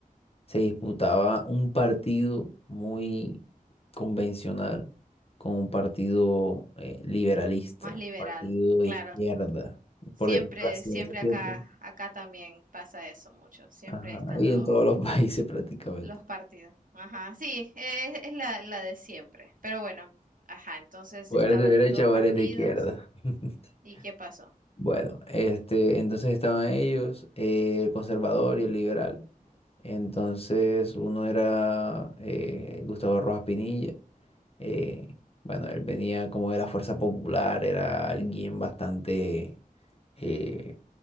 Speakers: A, on the left (about 40°); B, on the right (about 65°).
A: se disputaba un partido muy convencional con un partido eh, liberalista,
B: Más liberal,
A: un partido de
B: claro.
A: izquierda,
B: Siempre,
A: por decirlo así,
B: siempre
A: en ese tiempo.
B: acá, acá también pasa eso mucho. Siempre
A: Ajá,
B: están
A: y
B: los,
A: en todos los <laughs> países prácticamente.
B: los partidos. Ajá, sí, es, es la, la de siempre. Pero bueno, ajá, entonces
A: O
B: estaban
A: eres de derecha
B: los dos
A: o
B: partidos.
A: eres de izquierda. <laughs>
B: ¿Y qué pasó?
A: Bueno, este, entonces estaban ellos, eh, el conservador y el liberal. Entonces uno era eh, Gustavo Rojas Pinilla. eh, bueno, él venía como de la Fuerza Popular, era alguien bastante, eh,